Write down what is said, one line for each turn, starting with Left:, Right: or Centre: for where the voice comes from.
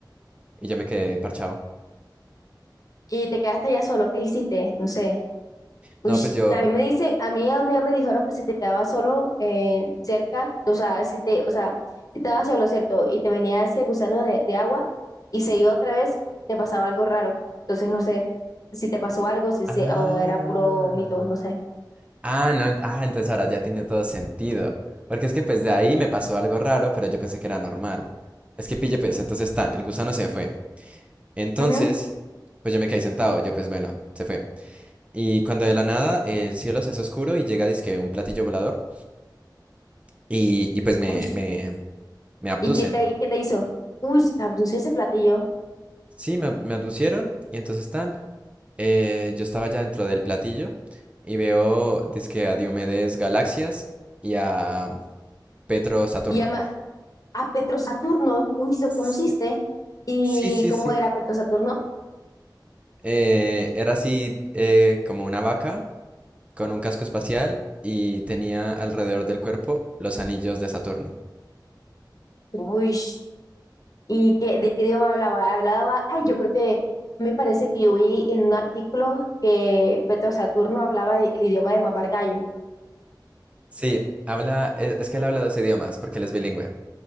Right: y yo me quedé parchado.
Left: Y te quedaste allá solo, ¿qué hiciste? No sé. Uy,
Right: No, pues yo.
Left: a mí me dicen, a mí a donde me dijeron que si te quedabas solo eh, cerca, o sea, si te, o sea, si estabas solo, ¿cierto? Y te venía ese gusano de, de agua y se iba otra vez, te pasaba algo raro. Entonces, no sé si te pasó algo, si
Right: Ah.
Left: se, o era puro mito, no sé.
Right: Ah, no. ent- Ah, entonces ahora ya tiene todo sentido. Porque es que pues de ahí me pasó algo raro, pero yo pensé que era normal. Es que pille, pues, entonces tan, el gusano se fue. Entonces,
Left: Ujú.
Right: pues yo me quedé sentado. Yo, pues bueno, se fue. Y cuando de la nada el cielo se hace oscuro y llega, dizque un platillo volador. Y, y pues me,
Left: Uy,
Right: me, me abducen.
Left: ¿y qué te, qué te hizo? Uy, te abdució ese platillo.
Right: Sí, me, ab- me abducieron y entonces están. eh, yo estaba ya dentro del platillo y veo, dizque a Diomedes Galaxias y a mm, Petro Saturno.
Left: Y llama a Petro Saturno. Uy, ¿lo
Right: Sí,
Left: conociste? ¿Y
Right: sí, sí.
Left: cómo
Right: sí.
Left: era Petro Saturno?
Right: Eh, era así eh, como una vaca con un casco espacial y tenía alrededor del cuerpo los anillos de Saturno.
Left: Uy, ¿Y qué, de qué idioma hablaba? Hablaba, ay, yo creo que me parece que yo vi en un artículo que Petro Saturno hablaba el idioma de mamar gallo.
Right: Sí, habla, es es que él habla dos idiomas porque él es bilingüe.